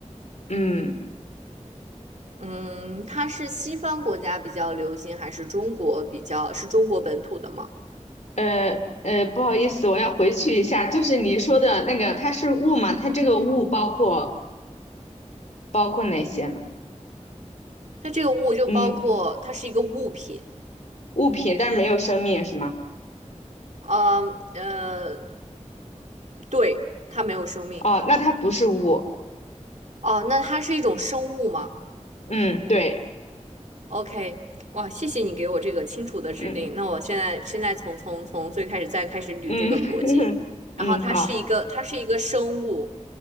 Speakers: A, on the left (about 65°); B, on the right (about 70°).
A: 嗯，
B: 嗯，它是西方国家比较流行，还是中国比较，是中国本土的吗？
A: 呃呃，不好意思，我要回去一下，就是你说的那个，它是物嘛？它这个物包括包括哪些呢？
B: 它这个物就包括它是一个物品，
A: 嗯，物品，但是没有生命是吗？
B: 呃呃，对，它没有生命。
A: 哦，那它不是物。
B: 哦，那它是一种生物吗
A: 嗯，对，
B: ？OK，哇，谢谢你给我这个清楚的指令。
A: 嗯
B: 那我现在现在从从从最开始再开始捋这个逻辑。
A: 嗯 <laughs>
B: 然后它是一个它是一个生物，
A: 嗯，好。